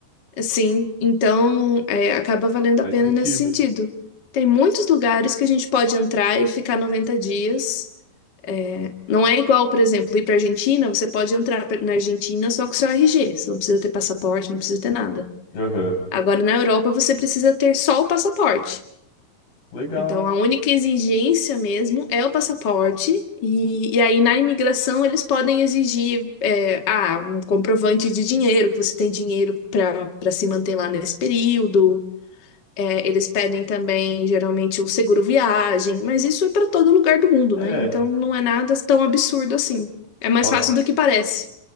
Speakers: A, on the left; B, on the left.
A: assim, então é, acaba valendo
B: Faz
A: a pena
B: sentido.
A: nesse sentido. Tem muitos lugares que a gente pode entrar e ficar 90 dias é, Não é igual, por exemplo, ir para Argentina, você pode entrar pra- na Argentina só com o seu RG. Você não precisa ter passaporte, não precisa ter nada.
B: Aham.
A: Agora, na Europa, você precisa ter só o passaporte.
B: Legal.
A: Então, a única exigência mesmo é o passaporte. E, e aí, na imigração, eles podem exigir é, ah, um comprovante de dinheiro, que você tem dinheiro para para se manter lá nesse período. É, eles pedem também, geralmente, o seguro viagem, mas isso é para todo lugar do mundo,
B: É,
A: né? Então não é nada tão absurdo assim. É mais
B: nossa,
A: fácil do que parece.